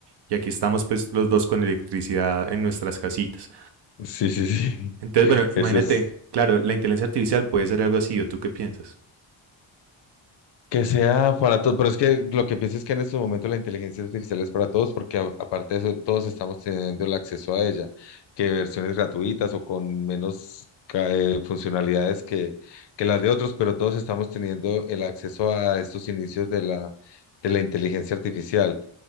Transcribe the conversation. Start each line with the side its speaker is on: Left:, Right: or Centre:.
Right: Y aquí estamos pues los dos con electricidad en nuestras casitas.
Left: sí, sí, sí.
Right: Entonces, bueno,
Left: Eso
Right: imagínate,
Left: es.
Right: claro, la inteligencia artificial puede ser algo así, ¿o tú qué piensas?
Left: Que sea para todos, pero es que lo que pienso es que en estos momentos la inteligencia artificial es para todos, porque a- aparte de eso, todos estamos teniendo el acceso a ella, que versiones gratuitas o con menos ca- eh, funcionalidades que, que las de otros, pero todos estamos teniendo el acceso a estos inicios de la, de la inteligencia artificial.